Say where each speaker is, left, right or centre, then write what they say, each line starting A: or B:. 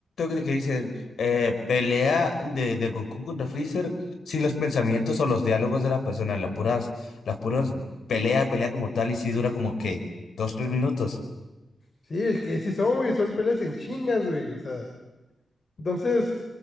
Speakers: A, on the left; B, on the left.
A: de que dicen eh, pelea de, de Goku contra Freezer sin los pensamientos o los diálogos de la persona, las puras, las puras pelea, pelea como tal, y si dura como que dos, tres minutos.
B: sí, es que sí son, güey, son peleas en chingas, güey. O sea, entonces,